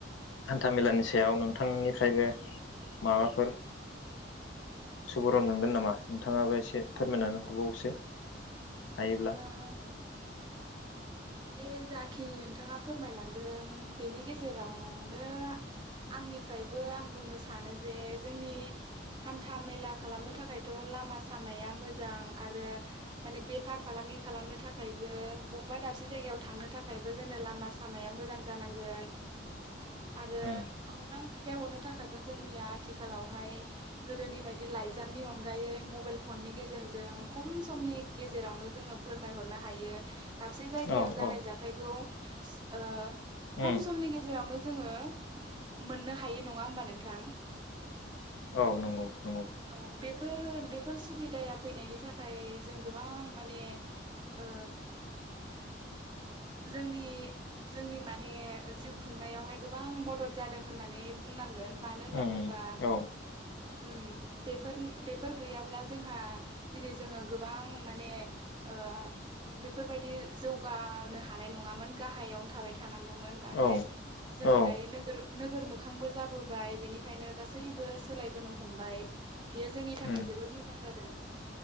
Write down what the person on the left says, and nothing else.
हान्थामेलानि सायाव नोंथांनिफ्रायबो माबाफोर सुबुरुन मोनगोन नामा? नोंथाङाबो एसे फोरमायनानै हरबावोसो हायोब्ला।
उम
औ
औ
उम
औ नंगौ नंगौ।
उम
औ
औ
औ
उम